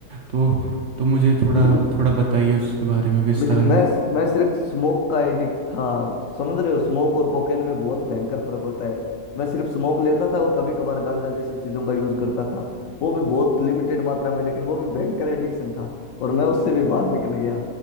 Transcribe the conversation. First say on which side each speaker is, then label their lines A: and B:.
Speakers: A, on the right; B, on the left.
A: तो तो मुझे थोड़ा
B: बिल्कुल
A: थोड़ा बताइए उसके बारे में विस्तार
B: लेकिन
A: में
B: मैं मैं सिर्फ स्मोक का एडिक्ट था समझ रहे हो स्मोक और कोकेन में बहुत भयंकर फर्क होता है मैं सिर्फ स्मोक लेता था और कभी कभार गांजा जैसी चीजों का यूज करता था वो भी बहुत लिमिटेड मात्रा में लेकिन वो भी भयंकर एडिक्शन था और मैं उससे भी बाहर निकल गया